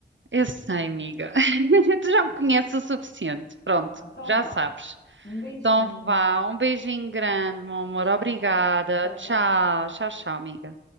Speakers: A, on the right; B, on the left.
A: Eu sei, amiga. <laughs> Tu já
B: Não,
A: me conheces o suficiente. Pronto,
B: não, então
A: já
B: vá.
A: sabes.
B: Um beijinho.
A: Então vá, um beijinho grande, meu amor.
B: Tchau,
A: Obrigada.
B: tchau,
A: Tchau,
B: tchau.
A: tchau, tchau, amiga.